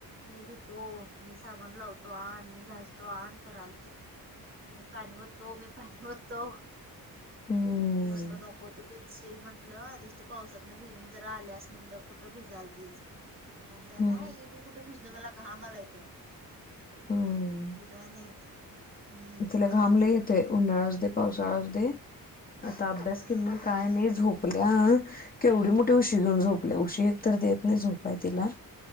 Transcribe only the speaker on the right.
मी धुतो मी साबण लावतो आणि मी घास तो ऑन करलती म पाणी होततो मी पाणी होतो.
मी म्हणलो नकोत. भिजशील म्हटलं आधीच तू पावसातन भिजून जरा आल्यास म्हटलं कुठं भिजाल तीस अ त्या नाही
मी कुठे भिजतो मला घामाला येतो.
बज नाही मी हम्म
म्हणालती
हा